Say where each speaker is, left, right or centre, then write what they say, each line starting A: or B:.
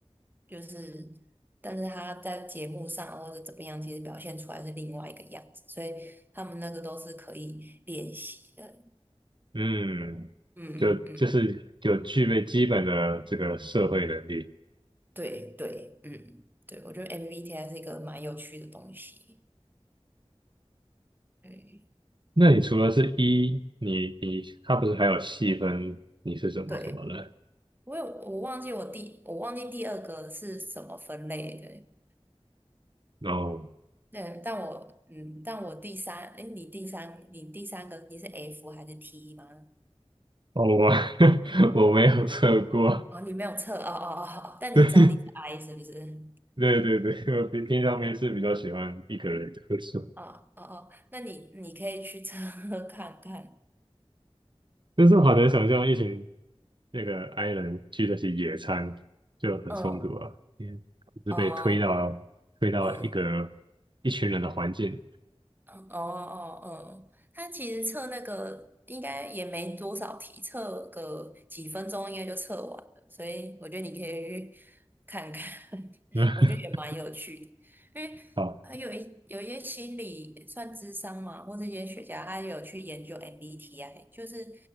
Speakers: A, on the right; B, on the right.
A: 就是但是他在节目上啊或者怎么样，其实表现出来是另外一个样子，所以他们那个都是可以练习的。
B: 嗯，
A: 嗯嗯，
B: 就就是就具备基本的这个社会能力。
A: 对对，嗯对，我觉得 MBTI 是一个蛮有趣的东西。对
B: 那你除了是一，你你他不是还有细分你是什么什么人
A: 对，我有我忘记我第我忘记第二个是什么分类的，
B: 然后
A: 对，但我嗯，但我第三，哎，你第三，你第三个你是 F 还是 T 吗？
B: 哦，我 <laughs> 我没有测过，
A: 哦，你没有测，哦哦哦，哦 <laughs> 但你知道你是
B: 对
A: I 是不是？
B: 对对对，我平平常没事比较喜欢一个人喝酒，
A: 哦哦哦，那你你可以去测 <laughs> 看看，
B: 但是我好难想象一群那个 i 人去那些野餐就很冲突啊，
A: 嗯，
B: 因为就是被推到推到一个
A: 哦，嗯。
B: 一群人的环境里。
A: 哦哦哦，他其实测那个应该也没多少题，测个几分钟应该就测完了，所以我觉得你可以去看看，<laughs>
B: <laughs>
A: 我觉得也蛮有趣的，因为还有一有一些心理算智商嘛，
B: 好，
A: 或者一些学家他有去研究 MBTI，就是